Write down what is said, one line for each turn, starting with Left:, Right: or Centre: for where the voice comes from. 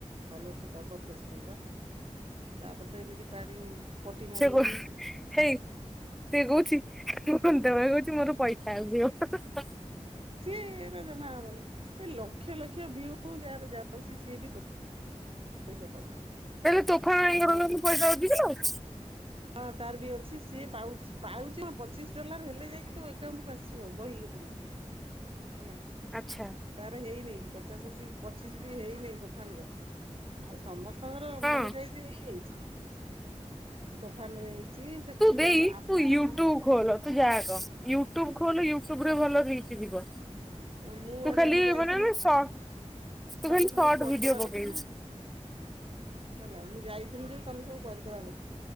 Right: ଫଲୋର୍ସ ଦବ ଫେସବୁକ୍ ପା। ତାପରେ ତ ଏମିତି ପାଣି ପଟି ମାରିବ
Centre: ସେ ଗୁ
Right: ଯେ
Centre: ହେଇ ସିଏ
Right: ଆଁ
Centre: କହୁଛି ମୁ ଖନ୍ଦେ ଭାଇ କହୁଛି ମୋର ପଇସା ଆସିବ।
Right: ସିଏ ଏଇଟା ଜମା ହବନି ଏଇ ଲକ୍ଷ ଲକ୍ଷ ଭିଉ ଯାହାର ଯାଉଛି ସିଏ ବି ପଇସା ପାଉନାହାନ୍ତି।
Centre: ହେଲେ ତୋଫାନ ଭାଈଙ୍କର
Right: ଆମର
Centre: କଣ
Right: ତ
Centre: ପଇସା ରଖିଥିଲୁ?
Right: ହଁ ତାର ବି ଅଛି ସିଏ ପାଉଚି ପାଉଛି କଣ ପଚିଶ ଡଲାର ହେଲେ ଯାଇକି ତୋ ଏକଉଣ୍ଟକୁ ଆସିବ ବହି ଉପୁରକୁ। ହେଲା।
Centre: ଆଚ୍ଛା।
Right: ତାର ହେଇନି ପଚାଶ ବି ପଚିଶ ବି ହେଇନିଁ ତୋଫାନର। ଆଉ ସମସ୍ତଙ୍କର
Centre: ହଁ
Right: ମନିଟାଇଯ ବି ହେଇଯାଇଛି। ତୋଫାନ ର ହେଇଛି ସେ
Centre: ତୁ
Right: କୁମର
Centre: ଦେଇ
Right: ଆ
Centre: ତୁ ୟୁଟ୍ୟୁବ
Right: ଉଁ
Centre: ଖୋଲ ତୁ ଯାହାକ ୟୁଟୁବ ଖୋଲ ୟୁଟୁବରେ ଭଲ ରିଚ ଯିବ।
Right: ମୁଁ
Centre: ତୁ
Right: ଆରେ
Centre: ଖାଲି
Right: ମୁଁ ଯାଇଥିଲି
Centre: ମାନେ ମାନ ସର୍ଟ ତୁ
Right: ତମେ
Centre: ଖାଲି
Right: ସବୁ
Centre: ସର୍ଟ
Right: କରିଦବା
Centre: ଭିଡିଓ ପକେଇବୁ।
Right: କଥା ନା ହେଲା ମୁଁ ଯାଇଥିଲି ଯୋଉ ତମେ ସବୁ କରିଦବା କଥା।